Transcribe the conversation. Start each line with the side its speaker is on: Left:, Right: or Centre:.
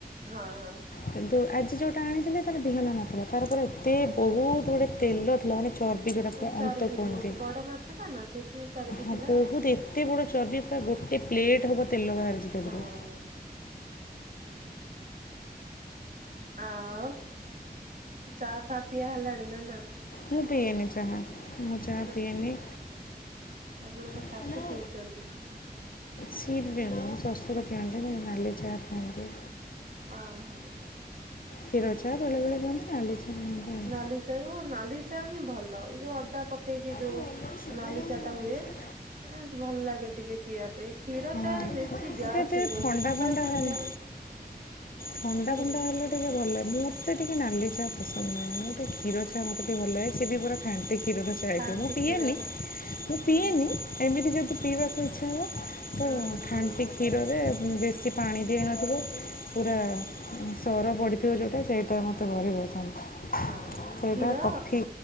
Right: ହଁ ହଁ।
Left: କିନ୍ତୁ ଆଜି ଯୋଉଟା ଆଣିଥିଲେ ତାର ବିହନ ନଥିଲା ତାର ପୁରା ଏ ତି ବହୁତ ଗୁଡ଼େ ତେଲ ଥିଲା ମାନେ ଚ ଚର୍ବି ଯୋଉଟାକୁ
Right: ଚର୍ବି
Left: ଅନ୍ତ କୁହନ୍ତି।
Right: ବହୁତ ବଡ ମାଛ ଟା ନା ସେଥିପାଇଁ ଚର୍ବି
Left: ହ
Right: ଥିଲା
Left: ବହୁତ୍
Right: ଆଉ
Left: ଏତେ ଏତେ ବଡ଼ ଚର୍ବି ପା ଗୋଟେ ପ୍ଲେଟ୍ ହେବ ତେଲ ବାହାରିଛି ତାଧିରୁ।
Right: ହଁ। ଆଉ ଚା ଫା ପିଆ ହେଲାଣି ନା ନା?
Left: ମୁ ପିଏନି ଚାହା ମୁଁ ଚାହା
Right: ମାନେ
Left: ପିଏନି।
Right: ଆପଣଙ୍କ
Left: ହ୍ୟାଲୋ।
Right: ଶାଶୁ ପିଉଛନ୍ତି।
Left: ସିଏ ପିଅନ୍ତିନି ମୋ ଶଶୁର ପିଅନ୍ତିନି ନାଲି ଚାହା ପିଅନ୍ତି।
Right: ଓହୋ।
Left: କ୍ଷୀର ଚା ବେଳେବେଳେ ପିଅନ୍ତୁ ନାଲି ଚା ପିଅନ୍ତି। ଆଉ।
Right: ନାଲି ଚା ହ ନାଲି ଚା ହିଁ ଭଲ ଏଇ ଯୋଉ ଅଦା ପ ପକେଇକି ଯୋଉ
Left: ଭଲରେ ଶୁଭା
Right: ନାଲି
Left: ଯାଉନି
Right: ଚାହା
Left: କଣ
Right: ଟା ହୁଏ।
Left: ହଉଚି?
Right: ଆ ଭଲ ଲାଗେ ଟିକେ ପିଇବା ପାଇଁ କ୍ଷୀର
Left: ହଁ
Right: ଚା ରେ
Left: ଏତେ
Right: ବେଶୀ ଗ୍ୟାସ
Left: ଏତେ
Right: ହେଇଯାଉଛି
Left: ଥଣ୍ଡା
Right: ସକାଳେ
Left: ଫଣ୍ଡା
Right: ସନ୍ଧ୍ୟା
Left: ହେଲେ
Right: ବେଳେ।
Left: ଥଣ୍ଡା
Right: ପିଇଲି
Left: ଫଣ୍ଡା ହେଲେ ଟିକେ ଭଲ ଲାଗେ ମୋତେ ଟିକେ ନାଲି ଚା ପସନ୍ଦ ନୁହେଁ ମୁଁ ଟିକେ କ୍ଷୀର ଚା ମତେ ଟିକେ ଭଲ ଲାଗେ ସିଏବି ପୁରା ଖାଣ୍ଟି କ୍ଷୀରରେ ଯାହେଇଥିବ
Right: ଖାଣ୍ଟି
Left: ମୁଁ ପିଏନି
Right: କ୍ଷୀରର
Left: ମୁଁ ପିଏନି
Right: ହଁ
Left: ଏମିତି ଯଦି ପିଇବାକୁ ଇଚ୍ଛା ହେବ ତ
Right: ହଁ ହଁ।
Left: ଖାଣ୍ଟି କ୍ଷୀରରେ ବେଶୀ ପାଣି ଦିଆହେଇନଥିବ ପୁରା ସର ପଡ଼ିଥିବ ଯୋଉଟା ସେଇଟା ମୋତେ ଭାରି ପସନ୍ଦ।
Right: ହଁ
Left: ସେଇଟା
Right: କ୍ଷୀର
Left: କଫି